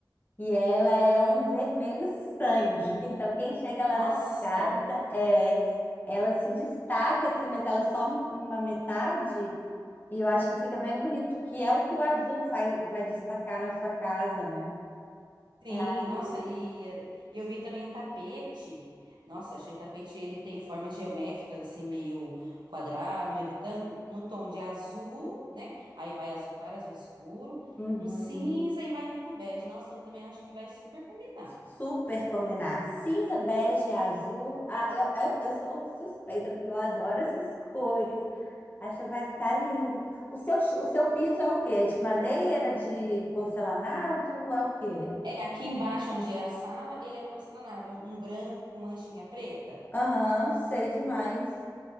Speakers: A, on the left (about 25°); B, on the right (about 80°).
A: e ela é um vermelho sangue. <laughs> Então, quem chega lá
B: Nossa!
A: na minha casa, é, ela se destaca, assim, mas ela é só uma metade. E eu acho que fica bem bonito, que é o que o azul vai, vai destacar na sua casa, né?
B: Sim,
A: É aí.
B: nossa, e eh, eu vi também um tapete. Nossa, achei o tapete, ele tem formas geométricas, assim, meio quadrado, meio retângulo, no tom de azul, né? Aí vai azul claro, azul escuro,
A: Uhum.
B: um cinza e vai indo pro bege. Nossa, eu também acho que vai super combinar.
A: Super combinar. Cinza, bege, azul. Ah, eu, eu, eu sou suspeita, porque eu adoro essas <laughs> cores. Acho que vai ficar lindo. O seu, ch- o seu piso é o quê? É de madeira, de porcelanato? É o quê?
B: É, aqui embaixo, onde é a sala, ele é porcelanado, um, um branco com manchinha preta.
A: Aham, sei demais.